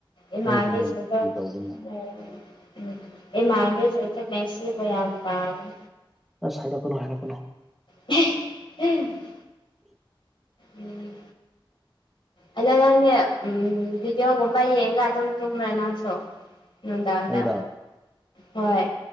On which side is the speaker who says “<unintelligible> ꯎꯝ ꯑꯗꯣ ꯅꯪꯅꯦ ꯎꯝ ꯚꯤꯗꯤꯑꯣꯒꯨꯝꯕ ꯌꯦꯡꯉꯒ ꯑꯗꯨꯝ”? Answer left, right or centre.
Left